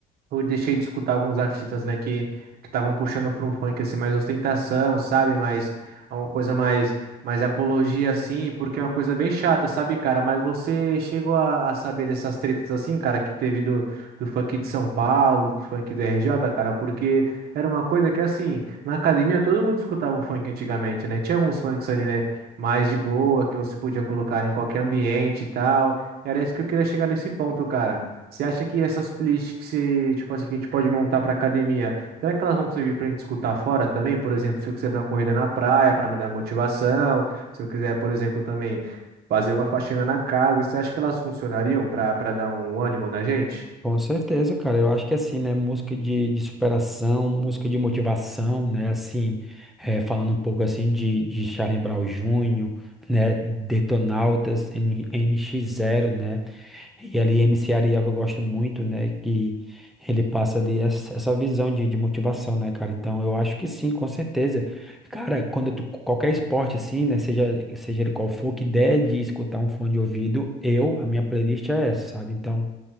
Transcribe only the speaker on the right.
Eu deixei de escutar alguns artistas, né, que que estavam puxando para um funk assim mais ostentação, sabe? Mais é uma coisa mais mais apologia assim, porque é uma coisa bem chata, sabe, cara? Mas você chegou a, a saber dessas tretas assim, cara, que teve do do funk de São Paulo, do funk do RJ, cara, porque era uma coisa que assim, na academia todo mundo escutava o funk antigamente, né? Tinha alguns funks ali, né, mais de boa, que você podia colocar em qualquer ambiente e tal. Era isso que eu queria chegar nesse ponto, cara. Você acha que essas playlists que você, tipo assim, que a gente pode montar para academia, será que elas vão servir para a gente escutar fora também? Por exemplo, se eu quiser dar uma corrida na praia para me dar motivação, se eu quiser, por exemplo, também fazer uma faxina na casa, você acha que elas funcionariam para para dar um ânimo na gente?